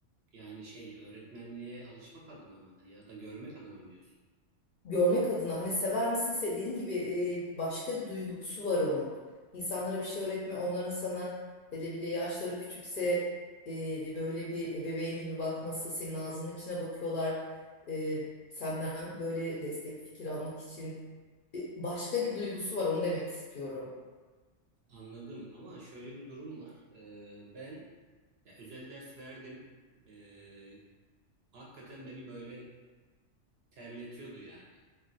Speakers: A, on the right; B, on the left.
A: yani şey öğretmenliğe alışmak adına mı ya da görmek adına mı diyorsun?
B: görmek adına hani sever misin Se- dediğim gibi e, başka bir duygusu var onun. İnsanlara bir şey öğretme onların sana hele bir de yaşları küçükse e, böyle bir ebeveyn gibi bakması senin ağzının içine bakıyorlar. E, senden böyle destek fikir almak için e, başka bir duygusu var onu demek istiyorum.
A: Anladım ama şöyle bir durum var. E, ben ya özel ders verdim. E, hakikaten beni böyle terletiyordu yani